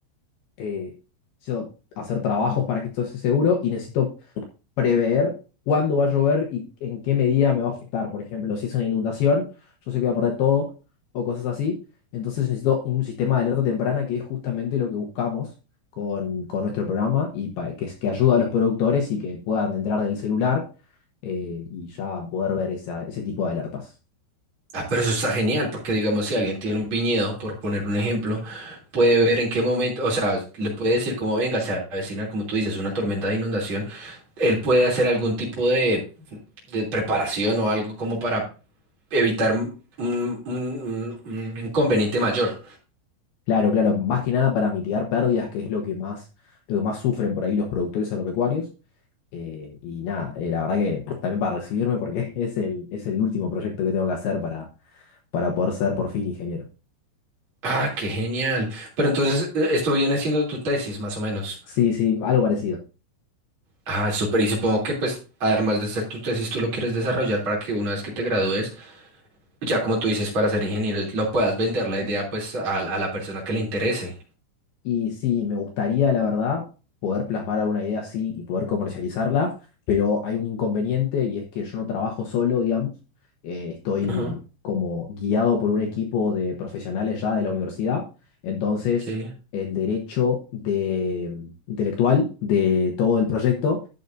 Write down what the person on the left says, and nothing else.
eh, necesito hacer trabajos para que esto esté seguro y necesito prever cuándo va a llover y en qué medida me va a afectar. Por ejemplo, si es una inundación, yo sé que voy a perder todo o cosas así. Entonces necesito un sistema de alerta temprana que es justamente lo que buscamos con, con nuestro programa y pa- que, es- que ayuda a los productores y que puedan entrar del celular eh, y ya poder ver esa- ese tipo de alertas.
Claro, claro, más que nada para mitigar pérdidas, que es lo que más, lo que más sufren por ahí los productores agropecuarios. Eh, y nada, eh, la verdad que también para recibirme, porque <laughs> es el, es el último proyecto que tengo que hacer para, para poder ser por fin ingeniero.
Sí, sí, algo parecido.
Y sí, me gustaría, la verdad, poder plasmar alguna idea así y poder comercializarla, pero hay un inconveniente y es que yo no trabajo solo, digamos. Eh, estoy
como guiado por un equipo de profesionales ya de la universidad. Entonces,
el derecho de, intelectual de todo el proyecto